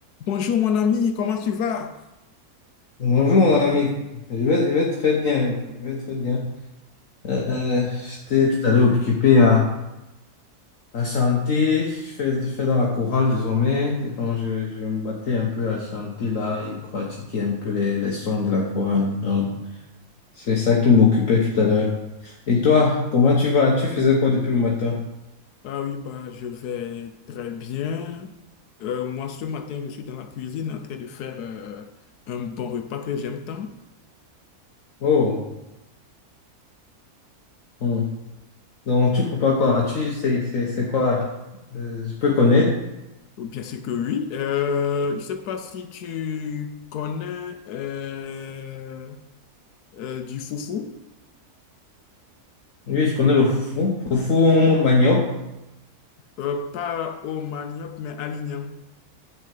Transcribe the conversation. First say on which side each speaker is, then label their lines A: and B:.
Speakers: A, on the left (about 90°); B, on the left (about 60°).
A: Bonjour mon ami, comment tu vas?
B: Bonjour mon ami, je vais, je vais très bien, je vais très bien. Euh, j'étais tout à l'heure occupé à, à chanter, je fais, je fais dans la chorale désormais, donc je, je me battais un peu à chanter là et pratiquer un peu les, les sons de la chorale. Donc c'est ça qui m'occupait tout à l'heure. Et toi, comment tu vas? Tu faisais quoi depuis le matin?
A: Ah oui, bah, je vais très bien. Euh, moi, ce matin, je suis dans la cuisine en train de faire euh, un bon repas que j'aime tant.
B: Oh, hmm. Donc tu prépares quoi? Tu c'est c'est- c'est quoi? Euh, je peux connaître?
A: Bien sûr que oui. Euh, je ne sais pas si tu connais euh, euh, du foufou,
B: Oui, je connais le foufou, foufou au manioc,
A: Euh, pas au manioc, mais à l'igname.